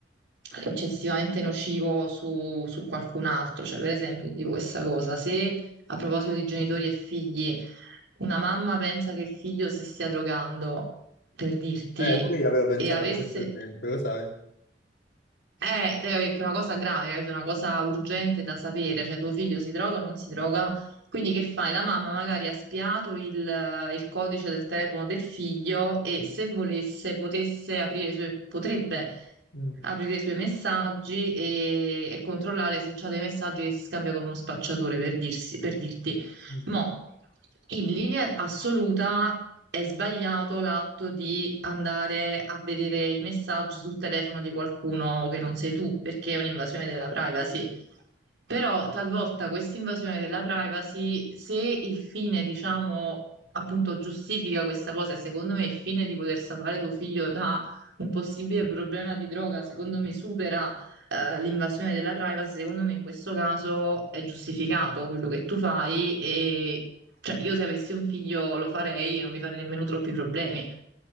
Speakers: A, on the right (about 90°); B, on the left (about 80°).
A: eccessivamente nocivo su, su qualcun altro. Cioè, per esempio, ti dico questa cosa, se a proposito di genitori e figli, una mamma pensa che il figlio si stia drogando, per dirti,
B: Eh, pure io avevo pensato
A: e avesse...
B: a questo sempre, lo sai.
A: Eh, te capi- che è una cosa grave, capito? Una cosa urgente da sapere, cioè tuo figlio si droga o non si droga? Quindi che fai? La mamma magari ha spiato il, il codice del telefono del figlio e se volesse potesse aprire i suoi, potrebbe
B: Mm,
A: aprire i suoi messaggi e, e controllare se c'ha dei messaggi che si scambia con uno spacciatore per dirsi- per dirti.
B: mm.
A: Mo, in linea assoluta è sbagliato l'atto di andare a vedere i messaggi sul telefono di qualcuno che non sei tu, perché è un'invasione della privacy. Però talvolta questa invasione della privacy, se il fine, diciamo, appunto giustifica questa cosa, e secondo me il fine di voler salvare tuo figlio da un possibile problema di droga, secondo me supera eh, l'invasione della privacy, secondo me in questo caso è giustificato quello che tu fai e cioè io se avessi un figlio lo farei e non mi farei nemmeno troppi problemi.